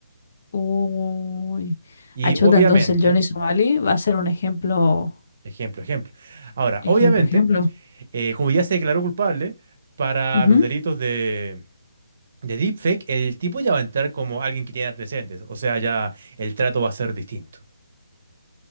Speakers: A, on the left; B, on the right.
A: Uy.
B: Y
A: Achuta,
B: obviamente,
A: entonces el Johnny Somali va a ser un ejemplo,
B: ejemplo, ejemplo. Ahora,
A: ejemplo,
B: obviamente,
A: ejemplo.
B: eh, como ya se declaró culpable para
A: Ujú.
B: los delitos de de deepfake, el tipo ya va a entrar como alguien que tiene antecedentes. O sea, ya el trato va a ser distinto.